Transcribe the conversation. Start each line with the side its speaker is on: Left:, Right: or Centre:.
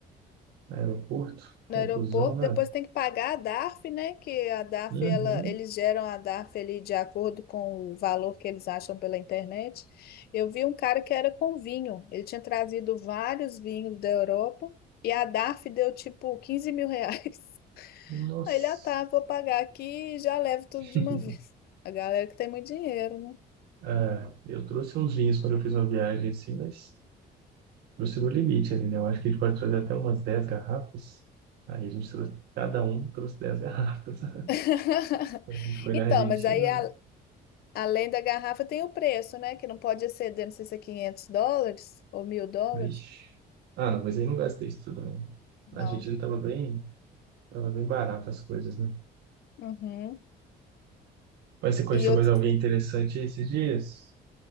Right: aeroporto. Confusão,
Left: no aeroporto,
Right: né?
Left: depois tem que pagar a DARF, né? Que a DARF,
Right: Uhum.
Left: ela, eles geram a DARF ali de acordo com o valor que eles acham pela internet. Eu vi um cara que era com vinho, ele tinha trazido vários vinhos da Europa e a DARF deu tipo 15 mil reais. <laughs>
Right: Nossa.
Left: Aí ele, ah tá, vou pagar aqui e já levo tudo
Right: <laughs>
Left: de uma vez. A galera que tem muito dinheiro, né?
Right: É, eu trouxe uns vinhos quando eu fiz uma viagem assim, mas trouxe no limite ali, né? Eu acho que a gente pode trazer até umas 10 garrafas. Aí a gente trouxe, cada um trouxe 10 garrafas. <laughs>
Left: <laughs>
Right: Quando A gente foi na
Left: Então,
Right: Argentina,
Left: mas aí a- além da garrafa tem o preço, né? Que não pode exceder, não sei se é 500 dólares ou mil dólares.
Right: Vixe. Ah, mas aí não gastei isso tudo, não.
Left: Não.
Right: A Argentina tava bem, tava bem barata as coisas, né?
Left: Uhum.
Right: Mas você conheceu
Left: E outro,
Right: mais alguém interessante esses dias?